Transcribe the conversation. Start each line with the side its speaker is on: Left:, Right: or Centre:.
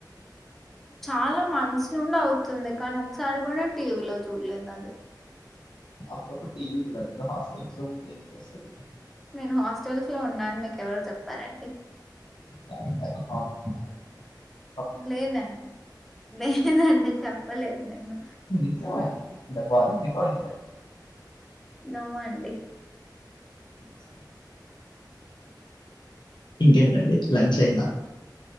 Centre: చాలా మంత్స్ నుండి అవుతుంది కానీ ఒకసారి కూడాే టీవీలో చూడలేదు అది
Left: అప్పుడప్పుడు టీవీ చూడాలి మీరు హాస్టల్స్ లో ఉంటే ఎందుకు వస్తది
Centre: నేను హాస్టల్స్ లో ఉన్నా అని మీకెవరు చెప్పారండి
Left: <unintelligible> ప్రబ్ల
Centre: లేదండి లేదండి చెప్పలేదు నేను
Left: నిజమండి the call is recording right
Centre: no అండి
Left: బ స ఇంకేంటండి లంచ్ అయిందా